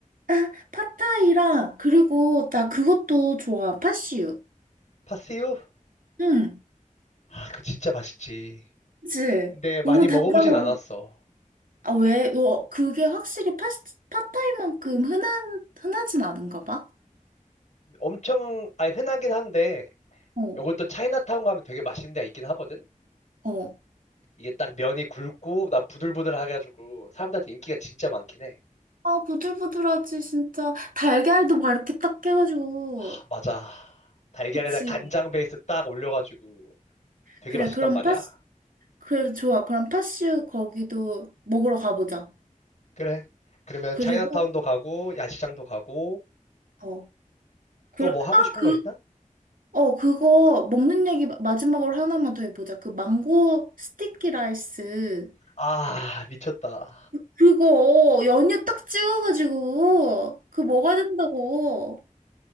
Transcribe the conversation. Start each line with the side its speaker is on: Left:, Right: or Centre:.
Right: 아, 팟타이랑 그리고 나 그것도 좋아. 팥슈.
Left: 파스유?
Right: 응.
Left: 아, 그거 진짜 맛있지.
Right: 그치?
Left: 근데 많이
Right: 너무 달달하고.
Left: 먹어보진 않았어.
Right: 아, 왜? 어, 그게 확실히 팟, 팟타이만큼 흔한, 흔하진 않은가 봐.
Left: 엄청, 아니, 흔하긴 한데,
Right: 어,
Left: 요것도 차이나타운 가면 되게 맛있는 데가 있긴 하거든?
Right: 어.
Left: 이게 딱 면이 굵고, 나 부들부들하게 해가지고, 사람들한테 인기가 진짜 많긴 해.
Right: 아, 부들부들하지, 진짜. 달걀도 막 이렇게 딱 깨가지고.
Left: 아, 맞아. 달걀에다
Right: 그치?
Left: 간장 베이스 딱 올려가지고, 되게
Right: 그래,
Left: 맛있단
Right: 그럼
Left: 말이야.
Right: 팥, 그래, 좋아. 그럼 파슈 거기도 먹으러 가보자.
Left: 그래. 그러면
Right: 그리고,
Left: 차이나타운도 가고, 야시장도 가고,
Right: 어. 그,
Left: 또 뭐
Right: 아,
Left: 하고 싶은
Right: 그
Left: 거 있나?
Right: 어, 그거 먹는 얘기 마지막으로 하나만 더 해보자. 그 망고 스티키 라이스.
Left: 아, 미쳤다.
Right: 그거 연유 딱 찍어가지고 그거 먹어야 된다고.